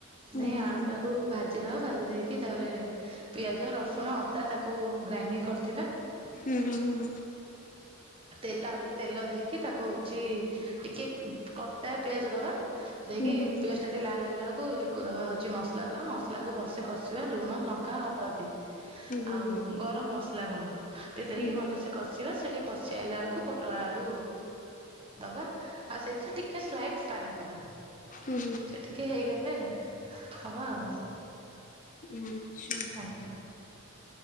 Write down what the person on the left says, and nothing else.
ହୁଁ
ହୁଁ।
ହୁଁ।
ହୁଁ ହୁଁ ହୁଁ
ହୁଁ
ହୁଁ ହୁଁ ହୁଁ ହୁଁ।
ହୁଁ ହୁଁ
ହୁଁ
ଆଚ୍ଛା।